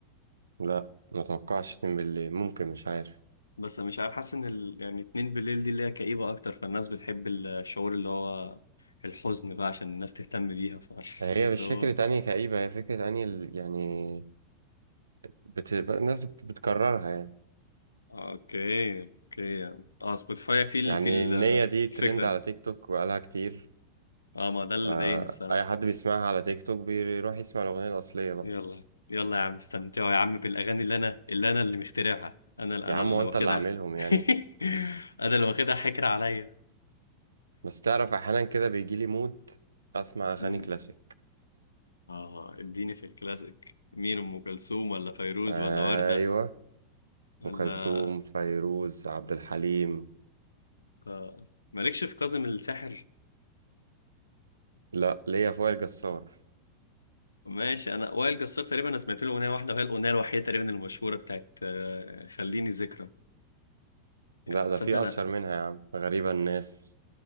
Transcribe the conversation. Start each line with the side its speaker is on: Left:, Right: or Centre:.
Right: لا ما اتوقعش تم بالليل ممكن مش عارف
Left: بس أنا مش عارف حاسس ان ال... يعني اتنين بالليل دي اللي هي كئيبه اكتر فالناس بتحب الشعور اللي هو الحزن بقى عشان الناس تهتم بيها ف
Right: هي
Left: <laughs> ده
Right: مش
Left: هو
Right: فكره اني كئيبه هي فكره اني ال- يعني بت... الناس بت... بتكررها يعني
Left: اوكي اوكي اه سبوتيفاي في ال...
Right: يعني
Left: في ال...
Right: النية
Left: آه،
Right: دي ترند
Left: الفكره دي
Right: على تيك توك بقالها كتير
Left: اه ما ده اللي
Right: فأي
Left: ضايقني الصراحه
Right: حد بيسمعها على تيك توك بيروح يسمع الأغنية الأصلية بقى
Left: يلا يلا يا عم استمتعوا يا عم بالاغاني اللي انا اللي انا اللي مخترعها انا اللي
Right: يا
Left: انا
Right: عم
Left: اللي
Right: وانت
Left: واخدها
Right: اللي عاملهم يعني
Left: <laughs> انا اللي واخدها حكر عليا
Right: بس تعرف احيانا كده بيجيلي مود اسمع اغاني
Left: مم.
Right: كلاسيك
Left: اه اديني في الكلاسيك مين ام كلثوم ولا فيروز
Right: ايوه
Left: ولا وردة ولا
Right: ام كلثوم فيروز عبد الحليم
Left: آه. مالكش في كاظم الساحر
Right: لا ليا في وائل جسار
Left: ماشي انا وائل جسار تقريبا انا سمعت له اغنيه واحده وهي الاغنيه الوحيده تقريبا المشهوره بتاعت آه، خليني ذكرى يعني
Right: لا ده
Left: صدق
Right: في
Left: انا
Right: اشهر منها يا عم غريبة الناس